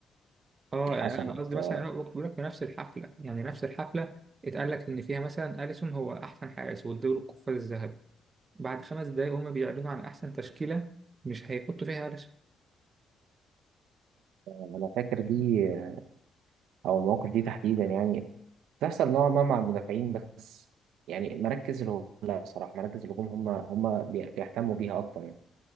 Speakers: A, on the right (about 35°); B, on the right (about 85°).
A: اه
B: دي حصلت
A: يعني انا قصدي
B: آه،
A: مثلا انا بقول لك في نفس الحفله يعني نفس الحفله اتقال لك ان فيها مثلا اليسون هو احسن حارس والدوري القفاز الذهبي بعد خمس دقايق هما بيعلنوا عن أحسن تشكيلة مش هيحطوا فيها قلش
B: انا فاكر دي آه، او المواقف دي تحديدا يعني تحصل نوعا ما مع المدافعين بس يعني مراكز الهجوم لا بصراحة مراكز الهجوم هم هم بي- بيهتموا بيها أكتر يعني